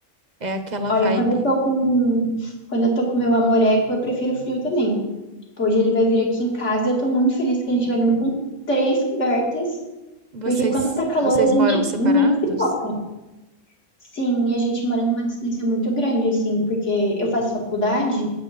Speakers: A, on the right (about 40°); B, on the left (about 70°).
A: é aquela
B: Olha,
A: vibe.
B: quando eu tô com, quando eu tô com meu amoreco, eu prefiro frio também. Tipo, Hoje ele vai vir aqui em casa e eu tô muito feliz que a gente vai dormir com três cobertas,
A: Vocês,
B: porque quando tá calor
A: vocês
B: a gente
A: moram separados?
B: nem se toca. Sim, e a gente mora numa distância muito grande, assim, porque eu faço faculdade